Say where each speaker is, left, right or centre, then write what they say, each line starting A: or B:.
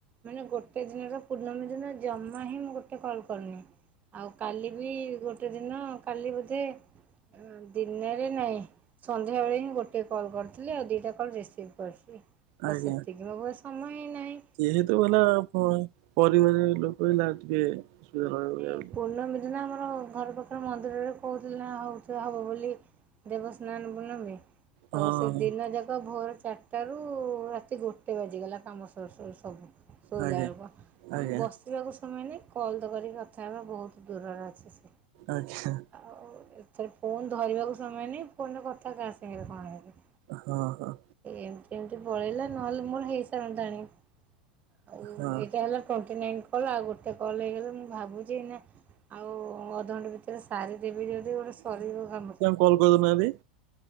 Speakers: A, on the right; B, on the right.
A: ମାନେ ଗୋଟେ ଦିନର ପୂର୍ଣ୍ଣମୀ ଦିନ ଜମା ହିଁ ମୁଁ ଗୋଟେ କଲ୍ କରିନି। ଆଉ କାଲି ବି ଗୋଟେ ଦିନ କାଲି ବୋଧେ ଉଁ ଦିନରେ ନାହିଁ। ସନ୍ଧ୍ୟାବେଳେ ହିଁ ଗୋଟେ କଲ୍ କରିଥିଲି ଆଉ ଦିଇଟା କଲ୍ ରିସିଭ କରିଛି। ତ
B: ଆଜ୍ଞା
A: ସେତିକି ମୋ ଭୟ ସମୟ ହେଇନାହିଁ।
B: ଯେହେତୁ ହେଲା ପ-ପରିବାର ଲୋକ ହେଲା ଟିକେ ଅସୁବିଧା ରହିବ
A: ନାଇ
B: ବୋଲି।
A: ପୂର୍ଣ୍ଣମୀ ଦିନ ଆମର ଘର ପାଖରେ ମନ୍ଦିରରେ କହୁଥିଲେ ନା ହଉଥ ହବ ବୋଲି ଦେବସ୍ନାନ ପୂର୍ଣ୍ଣମୀ ତ
B: ହଁ।
A: ସେ ଦିନ ଯାକ ଭୋର ଚା ଟାରୁ ରାତି ଗୋଟେ ବାଜିଗଲା କାମ ସରୁ ସରୁ ସବୁ ଶୋଇଲା
B: ଆଜ୍ଞା
A: ବେଳକୁ ମାନେ
B: ଆଜ୍ଞା
A: ବ ସିବାକୁ ସମୟ ନାହିଁ କଲ୍ ତ କରିକି କଥା ହେବା ବହୁତ ଦୂରରେ ଅଛି। ସେ
B: ଆଚ୍ଛା।
A: ଆଉ ଏଥର ଫୋନ୍ ଧରିବାକୁ ସମୟ ନାହିଁ ଫୋନରେ କଥା କା ସାଙ୍ଗରେ କଣ ହେଲେ
B: ହଁ ହଁ।
A: ଏମିତି ଏମତି ପଳେଇଲା ନହେଲେ ମୋର ହେଇ ସାରନ୍ତାଣି ଏ ଏଇଟା
B: ହଁ।
A: ହେଲା ଟ୍ୱେଣ୍ଟି ନାଇନ୍ କଲ୍ ଆଉ ଗୋଟେ କଲ୍ ହେଇଗଲେ ମୁଁ ଭାବୁଛି ନା ଆଉ ଅଧଘଣ୍ଟା ଭିତରେ ସାରି ଦେବି ଯଦି ଗୋଟେ ସରିବ କାମ।
B: କଲ କରୁ ନାହାନ୍ତି।